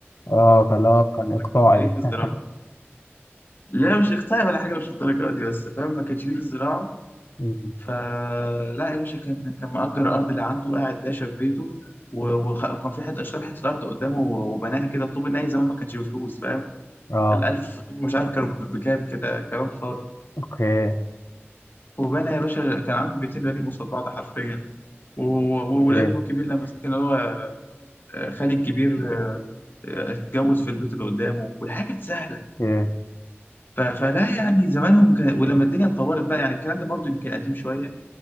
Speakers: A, on the left; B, on the left.
A: اه فاللي هو كان اقطاعي
B: ما كانش ليه في الزراعة
A: <laughs>
B: لا مش اقتنع ولا حاجه مش الدرجات دي بس فاهم ما كانش ليه في الزراعه
A: مم.
B: فلا يا باشا كان كان مأجر أرض اللي عنده قاعد باشا في بيته و- وخ- وكان في حته اشترى حته ارض قدامه وبناها كده الطوب الناي زمان ما كانش بفلوس فاهم
A: اه
B: الالف طوب مش عارف كانوا ب- بكام كده كلام فاضي
A: اوكي
B: وبنى يا باشا كان عنده بيتين بني قصاد بعض حرفيا و- و- والابن
A: اوكي
B: الكبير لما سكن اللي هو آه، خالي الكبير آه، آه، اتجوز في البيت اللي قدامه والحاجه كانت سهله
A: اوكي
B: ف- فلا يعني زمانهم كان ولما الدنيا اتطورت بقى يعني الكلام ده برضو يمكن قديم شويه